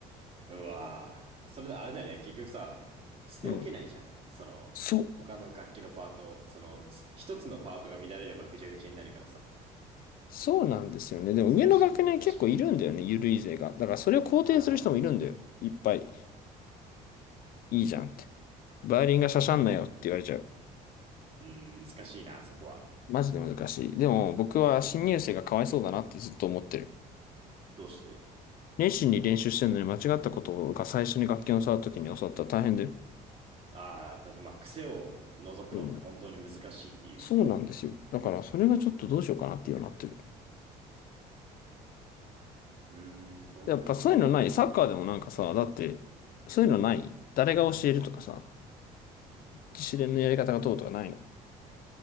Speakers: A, on the right; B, on the left.
A: うわぁ。それであれだよね。結局さ、捨ておけないじゃん。
B: うん。
A: その、
B: そう。
A: 他の楽器のパートを、その、す一つのパートが乱れればぐちゃぐちゃになるからさ。
B: そうなんですよね。でも、
A: 難しいね、
B: 上の学年結構いるんだよね、
A: 確かに。
B: ゆるい勢が。だから、それを肯定する人もいるんだよ。
A: ああ、
B: いっぱい。いいじゃんって。バイオリンがしゃしゃんなよって言われちゃう。
A: うん、難しいな、そこは。
B: マジで難しい。でも、僕は新入生がかわいそうだなってずっと思ってる。
A: どうして
B: 熱心に練習してるのに間違ったことが最初に楽器を触るときに教わったら大変だよ。
A: ああー、ただ、まあ、癖を除くのって本当に難しいって言うしね。
B: うん。そうなんですよ。だからそれがちょっとどうしようかなっていうようになってる。
A: うーん、となると、
B: やっぱそういうのない。サッカーでもなんかさ、だって、そういうのない。誰が教えるとかさ、自主練のやり方がどうとかないの。